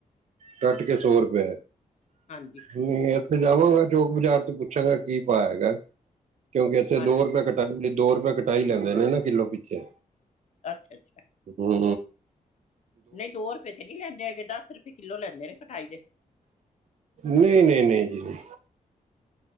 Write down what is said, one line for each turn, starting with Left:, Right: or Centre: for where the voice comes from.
Right: ਕੱਟ ਕੇ ਸੌ ਰੁਪਏ ਐ।
Left: ਹਾਂਜੀ
Right: ਨਈ ਇੱਥੇ ਜਾਵਾਂਗਾ ਚੌਕ ਬਜ਼ਾਰ 'ਚ ਪੁੱਛਾਂਗਾ ਕੀ ਭਾਅ ਹੈਗੈ ਕਿਉਂਕਿ ਇੱਥੇ
Left: ਹਾਂਜੀ
Right: ਦੋ ਰੁਪਏ ਕੱ ਟ ਕੇ ਦੋ ਰੁਪਏ ਕਟਾਈ ਲੈਂਦੇ ਨੇ ਨਾ ਕਿੱਲੋ ਪਿੱਛੇ।
Left: ਅੱਛਾ-ਅੱਛਾ।
Right: ਹੂੰ।
Left: ਨਈ ਦੋ ਰੁਪਏ ਤੇ ਨੀ ਲੈਂਦੇ ਹੈਗੇ। ਦਸ ਰੁਪਏ ਕਿੱਲੋ ਲੈਂਦੇ ਨੇ, ਕਟਾਈ ਦੇ।
Right: ਨਈ-ਨਈ-ਨਈ, ਜੀ ਨਈ।